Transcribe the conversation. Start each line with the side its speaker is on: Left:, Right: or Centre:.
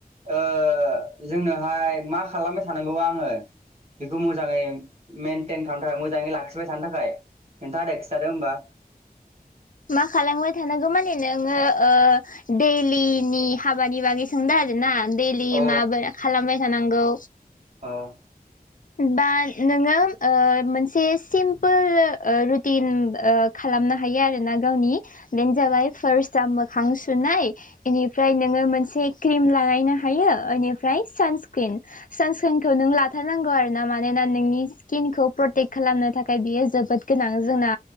Right: ओह जोंओहाय मा खालामबाय थानांगौ आङो? बेखौ मोजाङै मेनटेन खालामनो थाखाय मोजाङै लाखिबाय थानो थाखाय खोन्था दे खिथादो होमबा।
Left: मा खालांमबाय थानांगौ माने नोङो ओह दैलिनि हाबानि बागै सोंदों आरो ना। दैलि
Right: औ
Left: माबोला खालामबाय थानांगौ
Right: औ
Left: बा नोङो ओह मोनसे सिमपोल ओह रुटिन खाला खालामनो हायो आरोना गावनि बेनो जाबाय फार्सयाव मोखां सुनाय इनिफ्राय नोङो मोनसे क्रिम लागायनो हायो ओनिफ्राय सानस्क्रिम सानस्क्रिमखौ नों लाथारनांगौ आरो ा मानोना नोंनि स्किनखौ प्रटेक्ट खालामनो थाखाय बियो जोबोद गोनां जोंना